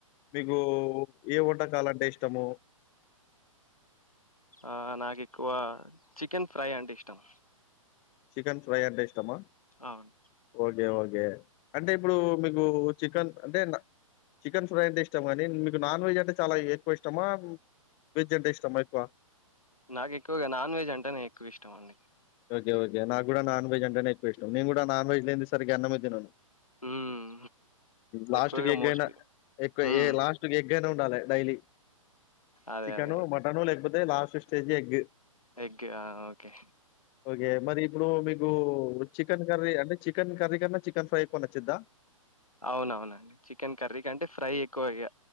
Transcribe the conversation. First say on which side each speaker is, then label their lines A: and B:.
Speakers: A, on the left; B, on the left.
A: మీకు ఏ వంటకాలంటే ఇష్టము
B: ఆ నాకు ఎక్కువ చికెన్ ఫ్రై అంటే ఇష్టం
A: చికెన్ ఫ్రై అంటే ఇష్టమా
B: అవును
A: ఓకే ఓకే అంటే ఇప్పుడు మీకు చికెన్ అంటే చికెన్ ఫ్రై అంటే ఇష్టమానీ మీకు నాన్ వెజ్ అంటే చాలా ఎక్కువ ఇష్టమా వెజ్ అంటే ఇష్టమా ఎక్కువ
B: నాకు ఎక్కువుగా నాన్ వెజ్ అంటే నే ఎక్కువ ఇష్టం అండి
A: ఓకే ఓకే నా కూడా నాన్ వెజ్ అంటేనే ఎక్కువ ఇష్టం నేను కూడా నాన్ వెజ్ లేనీదే సరిగా అన్నమే తిన్నను
B: హ్మ్
A: లాస్ట్
B: ఎక్కువగా
A: కే ఎగ్
B: మోస్ట్లీ
A: అయినా ఎకు
B: హ్మ్
A: లాస్ట్ కి ఎగ్ ఎగ్ అయినా ఉండాలే డైలీ
B: అదే
A: చికెను
B: అదే
A: మటను లేకపోతే అదే లాస్ట్ స్టేజ్ ఎగ్
B: ఎగ్ ఆ ఓకే
A: ఓకే మరి ఇప్పుడు మీకు చికెన్ కర్రీ అంటే చికెన్ కర్రీ కన్నా చికెన్ ఫ్రై ఎక్కువ నచ్చిదా
B: అవునవునండి చికెన్ కర్రీ కంటే ఫ్రై ఎక్కువగా